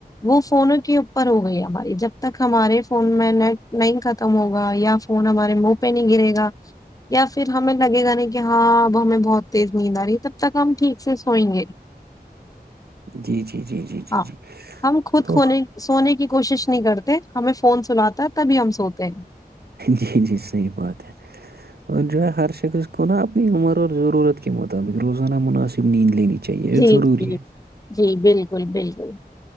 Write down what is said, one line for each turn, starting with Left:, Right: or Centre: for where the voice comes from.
Left: وہ فونوں کے اوپر ہو گئی ہماری جب تک ہمارے فون میں نیٹ <unintelligible> لائن ختم ہوگا یا فون ہمارے منہ پہ نہیں گرے گا یا پھر ہمیں لگے گا نہیں کہ ہاں اب ہمیں بہت تیز نیند آ رہی ہے تب تک ہم ٹھیک سے سوئیں گے
Right: جی جی جی جی جی
Left: ہاں
Right: جی
Left: ہم خود
Right: ا
Left: کھونے سونے کی کوشش نہیں کرتے ہمیں فون سلااتا تبھی ہم سوتے ہیں
Right: جی جی صحیح بات ہے اور جو ہے ہر شخص کو نا اپنی عمر اور ضرورت کے مطابق روزانہ مناسب نیند لینی چاہیے
Left: جی
Right: یہ ضروری
Left: جی
Right: ہے
Left: جی بالکل بالکل